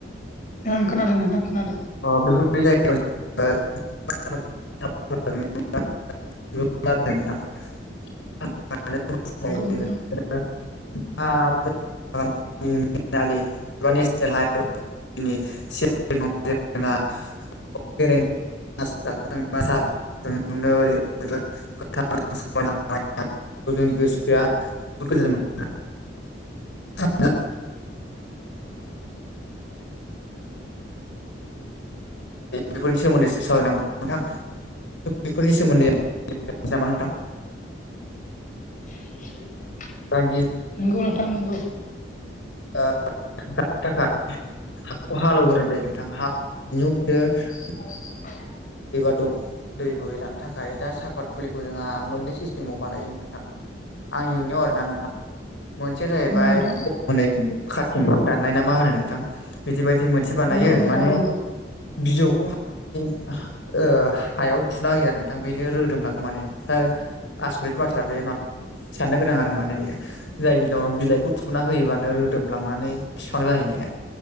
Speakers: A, on the left; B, on the left.
A: ओं खोनादों नोंथां खोनादों।
B: अ बेफोरबादि जायगायाव जोङो <unintelligible> <unintelligible>
A: नंगौ नोंथां
B: <unintelligible> <unintelligible> <unintelligible>
A: <unintelligible>
B: जोंनि गोसोआ जोबोद गोजोन मोनो। <unintelligible> बेफोरनि सोमोन्दैसो सावरायनांगौ नोंथां। बेफोरनि सोमोन्दै सावरायनो नामा नोंथां।
A: <unintelligible>
B: <unintelligible>
A: नोंगौ नोंथां नोंगौ।
B: <unintelligible>
A: <unintelligible>
B: बेबा दं दै बोहैलांनो थाखाय दा साफात फुलिखौ जोंहा मोननैसो सिस बानायो नोंथां आंनि नुनायाव आरो ना नोंथां। मोनसेया जाहैबाय
A: नंगौ नोंथां
B: हनै खाथिं दाननाय ना मा होनो नोंथां बिदि बायदि मोनसे
A: नंगौ
B: बानायो
A: नोंथां
B: माने
A: नंगौ
B: बिजौखौ हास हायाव थुना होयो आरो नोंथां बेनो रोदोमलाङो माने। आसरित बाथ्रा बे साननो गोनां आरो माने बियो। जायनियानाव बिलाइखौ थुना होयोबानो रोदोमलांनानै फिफां जाहैनाया।